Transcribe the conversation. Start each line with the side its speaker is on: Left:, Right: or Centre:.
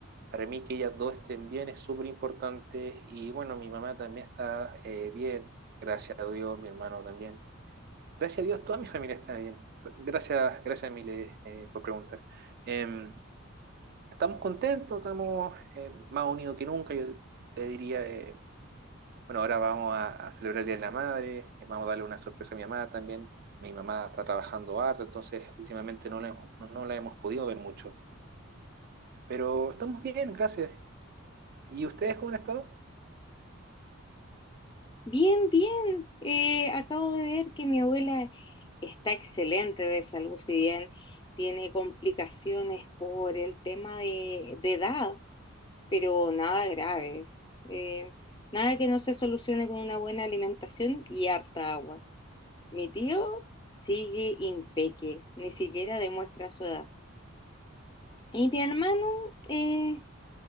Right: para mí que ellas dos estén bien es súper importante y bueno, mi mamá también está eh, bien, gracias a Dios, mi hermano también. Gracias a Dios, toda mi familia está bien. Gracias, gracias Emile eh, por preguntar. Em, estamos contentos, estamos eh, más unidos que nunca, yo te diría, eh, bueno, ahora vamos a, a celebrar el Día de la Madre, eh, vamos a darle una sorpresa a mi mamá también. Mi mamá está trabajando harto, entonces últimamente no la hemos, no, no la hemos podido ver mucho. Pero estamos bien, gracias. ¿Y ustedes cómo han estado?
Left: Bien, bien. Eh, acabo de ver que mi abuela está excelente de salud, si bien tiene complicaciones por el tema de, de edad, pero nada grave. Eh, nada que no se solucione con una buena alimentación y harta agua. Mi tío sigue impeque, ni siquiera demuestra su edad. Y mi hermano, eh,